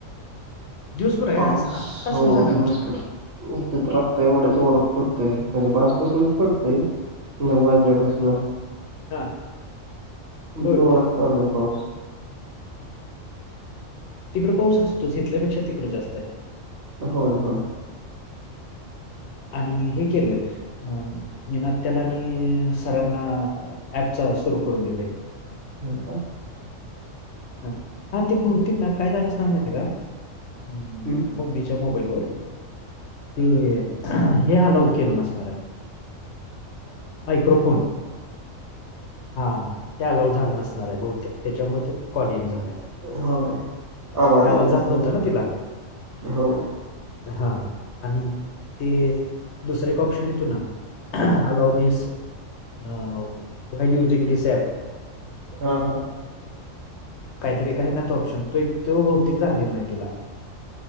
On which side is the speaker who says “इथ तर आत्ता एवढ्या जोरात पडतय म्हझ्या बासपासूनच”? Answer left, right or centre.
Right